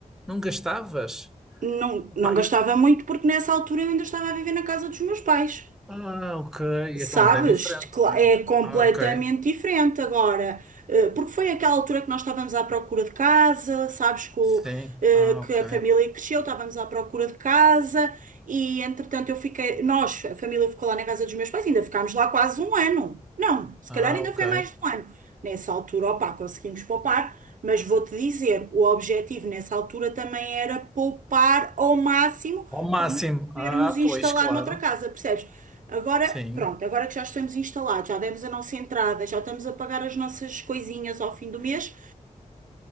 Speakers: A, in the centre; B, on the right (about 65°).
A: não gastavas.
B: Não, não
A: Pá,
B: gastava
A: e-
B: muito porque nessa altura eu ainda estava a viver na casa dos meus pais.
A: ah, ok,
B: Sabes?
A: então agora é diferente,
B: Cla-
A: não é?
B: É completamente
A: Ah, ok,
B: diferente agora, eh, porque foi aquela altura que nós estávamos à procura de casa, sabes, com,
A: sim,
B: eh,
A: ah,
B: que
A: ok,
B: a família cresceu, estávamos à procura de casa e entretanto eu fiquei, nós, a família ficou lá na casa dos meus pais, ainda ficámos lá quase um ano. Não, se
A: ah,
B: calhar ainda
A: ok.
B: foi mais de um ano. Nessa altura, opá, conseguimos poupar, mas vou-te dizer, o objetivo nessa altura também era poupar ao máximo
A: Ao máximo,
B: para nos podermos
A: ah,
B: instalar
A: pois, claro,
B: noutra casa, percebes? Agora,
A: sim,
B: pronto, agora que já estamos instalados, já demos a nossa entrada, já estamos a pagar as nossas coisinhas ao fim do mês,